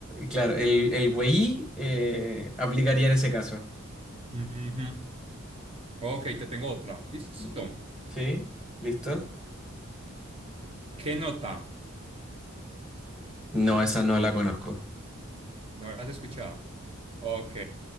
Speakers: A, in the centre; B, on the right (about 25°).
A: claro, el, el wey eh, aplicaría en ese caso.
B: Ujú. Ok, te tengo otra. Listo.
A: Y- Sí, listo.
B: ¿Qué nota?
A: No, esa no la conozco.
B: ¿No la has escuchado? Ok.